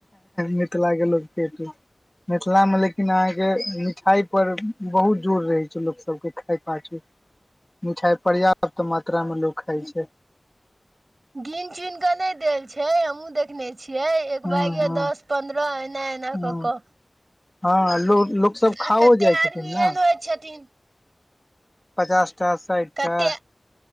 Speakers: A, on the left; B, on the right.
A: मिथिला के लोक पेटू मिथिलामे लेकिन अहाँके मिठाइ पर बहुत जोर रहैत छै लोकसभके खाय पाछू मिठाई पर्याप्त मात्रा मे लोक खाइ छै
B: गिन चुन क नहि देल छै हमहुं देखने छियै एक
A: ह ह
B: बैगे दस पंद्रह एना ए न क
A: ह
B: कऽ
A: हँ लोक लोकसभ खाओ
B: आ कते
A: जाइ
B: आदमी
A: छथिन
B: एहन
A: न
B: होइ छथिन
A: पचास टा साठि
B: कते
A: टा